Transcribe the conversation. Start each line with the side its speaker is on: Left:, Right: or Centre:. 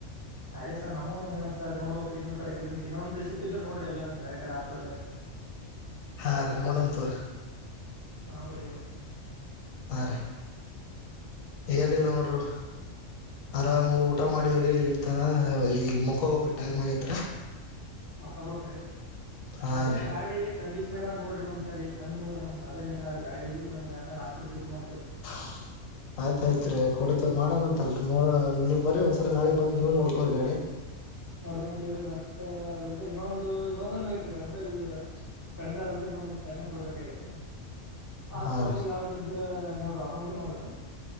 Right: ಅದೇ ಸರ್ ನಮ್ಗೂನು ನೀವ್ ಸರಿ ನೋಡ್ಬೇಕ್ರೀ ಇನ್ನೊಂದ್ ಕಡಿಕೆ ಇನ್ನೊಂದು ಶಿಫ್ಟ್ ಇದ್ರೆ ನೋಡ್ರಿ ಅಲ್ಲೇನೋ ಬೇರೆ ಕಡೆ ಹಾಸ್ಪಿಟ್ಲಲ್ಲಿ.
Left: ಹಾ ರೀ ನೋಡಣ್ ತಗೋರಿ.
Right: ಹೌದ ರೀ
Left: ಹ ರ ಏನಿಲ್ಲ ನೋಡರು ಆರಾಮ ಊ ಊಟ ಮಾಡವ್ರಿ
Right: ಹೌದ್ರಿ
Left: ಇರ್ತ ಈಗ ಮುಕ ಬಕ್ ರೀ ಟೈಮ್ ಆತ್ರಿ.
Right: ಮಲ್ಕೋಬೇಕು ರೀ
Left: ಹಾ
Right: ಅದೇ
Left: ರೀ
Right: ಗಾಡಿ ಕಂಡಿಷನ್, ನೋಡ್ರಿ ಒಂದ ಸರಿ ಚಂದ ನೋ ನಮ ಅದೇ ಮೇನ್ ಆದ್ರ ಗಾಡಿ ನಮಗ ಹಸ್ಪಟ ಡ್ಯಟಿ ಮಾಡ
Left: <unintelligible> ಆಯ್ತ್ಯಯ್ತ್ ರೀ ಕೊಡು ಮಾಡ ಅಂತಲ್ರಿ ನೋ ನೀವು ಬ್ರಿ ಒಂದ್ಸಲ ನಾಳೆ ಬಂದ ನೀವ್ ನೋಡ್ಕೋರಿ ಗಾಡಿ.
Right: ನೋಡ್ಕೊಂತೀವ್ರೀ ಮತ್ತೆ ಅದಾದ್ರೆ ಇನ್ನೊಂದು ಇನ್ನೊಂದನ್ ಬೇಕ್ರಿ ಅದ್ರೆ ಈಗ. ಸ್ಪ್ಲೆಂಡರ್ ಅಲ್ಲಿ ಇನ್ನೊಂದು ಫ್ಯಾಷನ್ ಪ್ರೂ ಬೇಕಾಗೈತ್ರಿ. ಆ
Left: ಹಾ
Right: ತರದ
Left: ರೀ
Right: ಯಾವನದ್ರ ನೋಡ್ರೊಂದು ನೋಡ್ರಿ